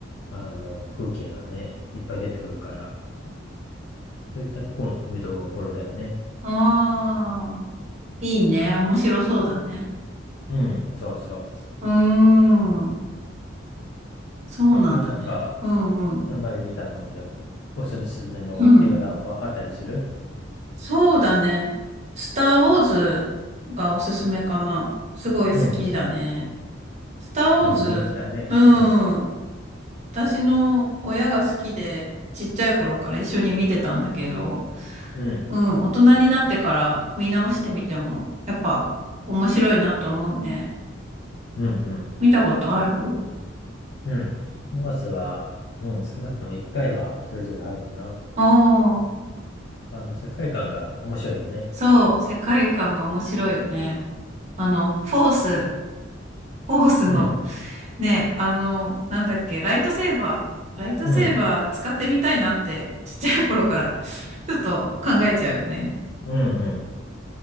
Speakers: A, on the left; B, on the right.
A: あの、風景がね、いっぱい出てくるから、そういったとこも見どころだよね。
B: ああ、いいね。面白そうだね。
A: うん、そうそう。
B: うーん。そうなんだね。
A: 逆になんか、
B: うんうん。
A: これまで見たので、おすすめの映画だはあったりする
B: うん。そうだね。スター・ウォーズがおすすめかな。すごい好きだね。
A: うんうん。
B: スター・
A: うん、
B: ウォーズ、
A: 人気だね。
B: うん。
A: うん、
B: 私の親が好きで、ちっちゃい頃から一緒に見てたんだけど、
A: うん、
B: うん、大人になってから見直してみても、やっぱ面白いなと思うね。
A: うん、うん。
B: 見たことある
A: うん。スター・ウォーズは、うん、少なくとも一回はそれぞれあるかな。
B: おー、
A: 一般の世界観が面白いよね。
B: そう、世界観が面白いよね。あの、フォース、フォースの
A: うん、
B: ね、あの、なんだっけ、ライトセーバー、ライトセーバー使ってみたいなって、
A: うん、
B: ちっちゃい頃からちょっと考えちゃうよね。
A: うん、うん。